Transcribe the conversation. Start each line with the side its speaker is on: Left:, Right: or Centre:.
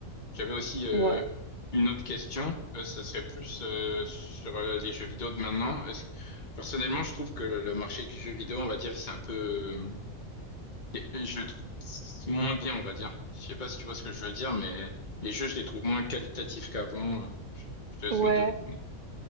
Left: J'avais aussi euh,
Right: euh, Ouais.
Left: une autre question. Euh, ça serait plus euh, sur euh, les jeux vidéo de maintenant. Est-ce que- Personnellement, je trouve que le, le marché du jeu vidéo, on va dire, il s'est un peu Et Je le trouve moins bien, on va dire. Je sais pas si tu vois ce que je veux dire, mais les jeux, je les trouve moins qualitatifs qu'avant. Euh, Je je te laisse
Right: Ouais.
Left: me donner.